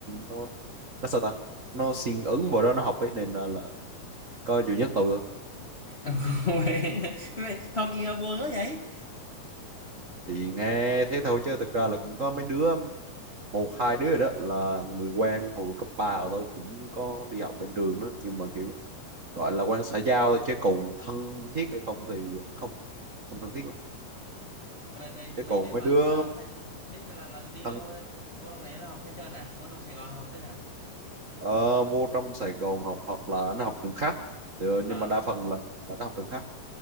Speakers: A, on the right; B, on the left.
A: nó nó sao ta nó siêng ứng vào đó nó học ấy nên là, là có duy nhất tôi thôi
B: <laughs> Uầy, vậy học gì mà buồn quá vậy?
A: thì nghe thế thôi chứ thực ra là cũng có mấy đứa một hai đứa rồi đó là người quen hồi cấp ba của tôi cũng có đi học bên trường đó nhưng mà kiểu gọi là quen xã giao thôi chứ còn thân thiết hay không thì không không thân thiết lắm
B: Vậy vậy mấy
A: chứ còn
B: đứa
A: mấy
B: bạn
A: đứa
B: mà thân thiết là là nó đi
A: thân
B: đâu, vô trong này nó học hết trơn à? Vô trong Sài Gòn học hết à?
A: ờ, vô trong Sài Gòn học hoặc là nó học trường khác thì, ờ,
B: À,
A: nhưng mà đa phần là, là nó học trường khác